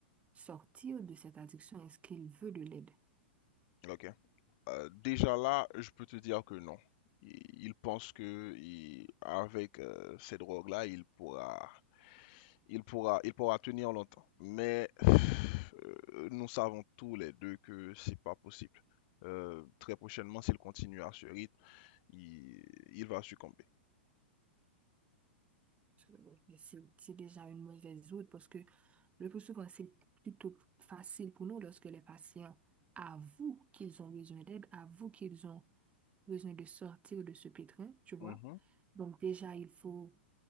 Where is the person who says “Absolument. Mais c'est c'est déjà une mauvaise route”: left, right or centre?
Right